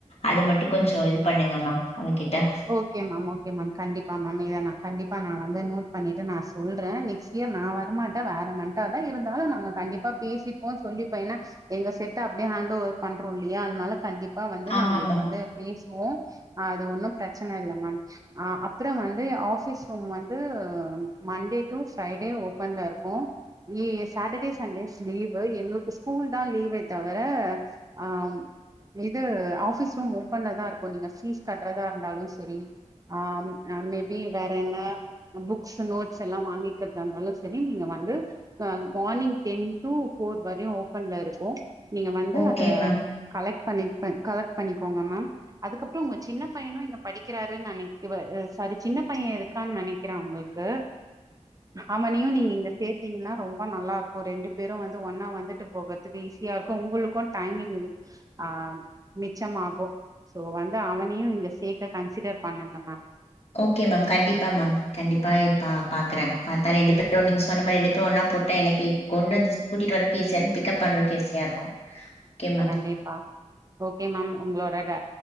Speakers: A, on the left; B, on the right.
A: அது மட்டு கொஞ்சோ இது பண்ணுங்க மா அவன்கிட்ட
B: ஓகே மேம் ஓகே மேம் கண்டிப்பா மேம் இத நா கண்டிப்பா நா வந்து நோட் பண்ணிட்டு நான் சொல்றே நெக்ஸ் ஏ மா வரமாட்டா வேற மன்ட்டா தா இருந்தாலு நாங்க கண்டிப்பா பேசிப்போ சொல்லிப்போ ஏன்னா எங்க செட்ட அப்டே ஹேண்ட ஓவர் கண்ட்ரோல்லியா அத்னால கண்டிப் ப்பா வந்து
A: ஆமா
B: நாங்க இத
A: மேம்
B: வந்து பேசுவோ ஆ து ஒன்னு ப்ரச்சன இல்ல மேம் அ அப்றம் வந்து ஆஃபிஸ் ரூம் வந்து மண்டே டு ஃப்ரைடே ஓபன்ல இருக்கு ஈ சாட்டடே சண்டே ஸ்லீவு எங்கள்க்கு ஸ்கூல் தா லீவே தவர ஆம் இது ஆஃபீஸ் ரூம் ஓப்பன்ல தா இருக்கு நீங்க ஃபீஸ் கட்றதா இருந்தாலு சரி ஆம் அ மேபி வேற என்ன அ புக்ஸு நோட்ஸ் எல்லா வாங்கிக்கற்தாலு சரி நீங்க வந்து தன் மார்னிங் டென் டு போஃர் வர்யு ஓபன்ல இருக்கு நீங்க வந்து
A: ஓகே
B: அத
A: மேம்
B: கலெக் பண்ணிக்பே கலெக் பண்ணிக்கோங்க மேம் அதுக்கப்றோ உங்க சின்ன பையனு இங்க படிக் க்கிறாரு நினைக் இப இ சாரி சின்ன பைய இருக்கான் நெனைக்கிறே அவங்கள்க்கு ஆமா நீயு நீங்க இங்க சேர் த்தீங்னா ரொம்ப நல்லார்க்கு ரெண்டு பேரு வந்து ஒன்னா வந்துட்டு போகுற்த்துக்கு ஈஸியா இருக்கு உங்களுக்கு டைமிங் ஆ மிச்சமாகு சோ வந்து அவனையு இங்க சே இத கன்சிடர் பண்ணுங்க மேம்
A: ஓகே மேம் கண்டிப்பா மேம் கண்டிப்பாய் பா பாக்குறே பாத்தா ரெண்டு பேரு நீங்க சொன்ன மாரி ரெண்டு போ ஒன்னா போட் ட எனக்கு கொண்டு வந்துஸ் கூட்டிட் வரக்கே இ சன் பிக்கப் பண்றக்கு ஈசியா இருக்கு கே மேம்
B: டீப்பா ஓகே மேம் உங்களோட ட